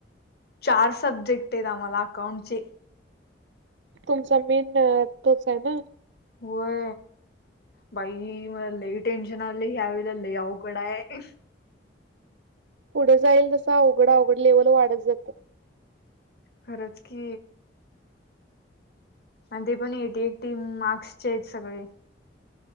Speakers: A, on the left (about 55°); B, on the right (about 80°).
A: चार सब्जेक्ट आहेत आम्हाला अकाउंट चे
B: तुमचा मेन तोच आहे ना
A: होय बाई मला लेट टेन्शन आले ह्यावेळेलं अवघड आहे
B: पुढे जाईल तसं अवघड अवघड लेव्हल वाढत जातात
A: खरंच की आणि ते पण एटी एकटी मार्क्स चे आहेत सगळे